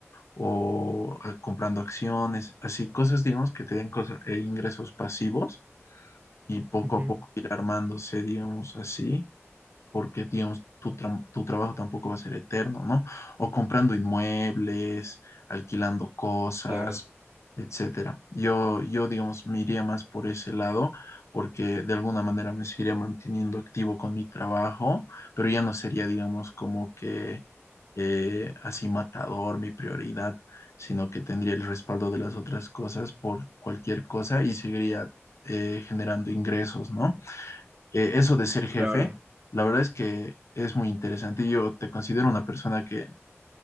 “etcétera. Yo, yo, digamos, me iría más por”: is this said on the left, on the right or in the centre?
Left